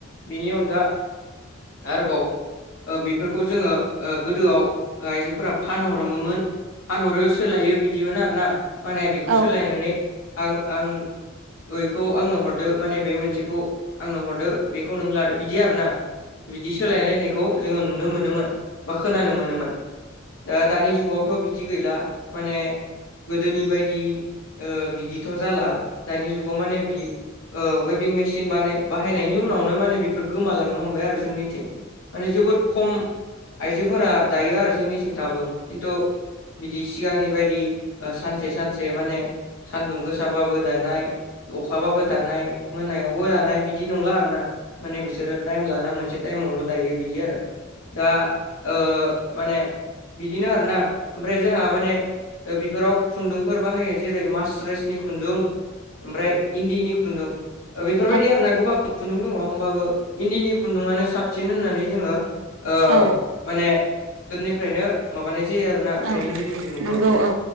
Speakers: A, on the left; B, on the right.
A: बिनि अनगा आरोबाव ओ बिफोरखौ जोङो ओ गोदोआव ओ आइजोफोरा फानहरो मोमोन। फानहरो सोलायो बिदिमोन आरोना माने
B: औ
A: बेखौ सोलायनानै आं आं ओइखौ आंनो हरदो माने बे मोनसेखौ आंनो हरदो बेखौ नों लादो बिदि आरोना। बिदि सोलायलायनायखौ जोङो नुनो मोनोमोन बा खोनानो मोनोमोन। ओ दानि जुगावथ' बिदि गैला माने गोदोनि बायदि ओ बिदिथ' जाला दानि जुगाव माने बि ओ वेभिं मेसिन बानाय बाहायनायनि उनावनो माने बेफोर गोमालांनो हमबाय आरो जोंनिथि माने जोबोद खम आइजोफोरा दायो आरो जोंनिथि दाबो किन्तु बिदि सिगांनि बायदि ओ सानसे सानसे माने सानदुं गोसाबाबो दानाय अखाबाबो दानाय मोनायावबो दानाय बिदि नंला आरोना माने बिसोर टाइम लाना मोनसे टाइमावल' दायो बिदि आरो दा ओ माने बिदिनो आरोना ओमफ्राय जोंहा माने ओ बेफोराव खुन्दुं फोर बाहायो जेरै मास्रेसनि खुन्दुं ओमफ्राय इन्दिनि खुन्दुं ओ बेफोरबायदि
B: औ
A: आरोना गोबां खुन्दुं दङ होमबाबो इन्दिनि खुन्दुङानो साबसिन होननानै जोङो ओ
B: औ
A: माने दोननिफ्रायनो माबानाय जायो आरोना बे
B: औ
A: इन्दिनि खुन्दुंखौ।
B: नंगौ औ